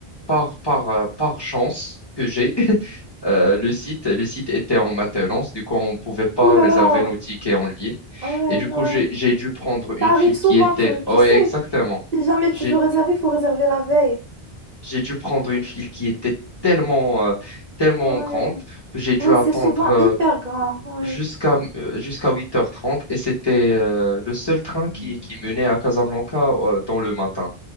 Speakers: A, on the left; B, on the right.
A: par, par, euh, par chance que j'ai, <laughs> euh, le site, le site était en maintenance, du coup, on ne pouvait pas
B: Ouh là
A: réserver
B: là,
A: nos tickets en ligne.
B: ouais,
A: Et du coup,
B: ouais.
A: j'ai, j'ai dû prendre une
B: Ça arrive
A: file
B: souvent,
A: qui était...
B: tu, tu
A: Ouais,
B: sais.
A: exactement.
B: Si jamais
A: J'ai,
B: tu veux réserver, il faut réserver la veille.
A: j'ai dû prendre une file qui était tellement, euh, tellement
B: Ouais.
A: grande que j'ai dû
B: Ouais,
A: attendre
B: c'est souvent
A: euh,
B: hyper grand. Ouais.
A: jusqu'à euh, jusqu'à huit heures trente et c'était euh, le seul train qui,
B: Mhm.
A: qui menait à Casablanca euh, dans le matin.